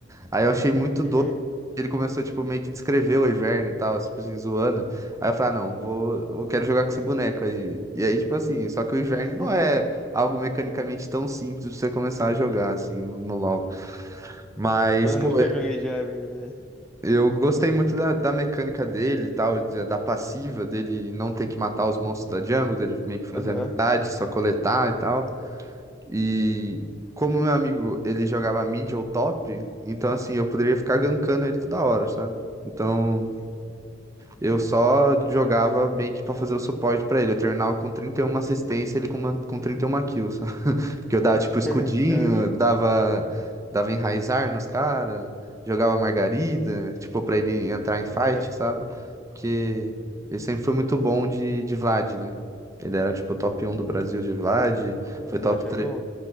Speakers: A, on the right (about 15°); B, in the centre.
A: Aí eu achei muito
B: Uhum.
A: doido. Ele começou, tipo, meio que descrever o Ivern e tal, tipo assim, zoando. Aí eu falei, ah, não, vou, eu quero jogar com esse boneco aí. E aí, tipo assim, só que o Ivern
B: <laughs>
A: não é algo mecanicamente tão simples pra você começar a jogar, assim, no LoL. Mas,
B: Mano, eu
A: pô,
B: nunca joguei de Ivern, velho.
A: eu gostei muito da, da mecânica dele e tal, da da passiva dele não ter que matar os monstros da jungle, dele meio que fazer
B: Aham.
A: amizade, só coletar e tal. E como meu amigo, ele jogava mid ou top, então assim, eu poderia ficar gankando ele toda hora, sabe? Então, eu só jogava meio que pra fazer o suporte pra ele. Eu terminava com 31 assistência, ele com, uma, com 31 kills. <laughs> Que eu dava, tipo,
B: <laughs>
A: escudinho,
B: Caramba.
A: dava, dava enraizar nos caras, jogava margarida, tipo, pra ele entrar em fight,
B: Aham.
A: sabe? Porque ele sempre foi muito bom de, de Vlad, né? Ele era, tipo, top um do Brasil de Vlad,
B: A
A: foi
B: Vlad
A: top
B: é
A: 3,
B: bom.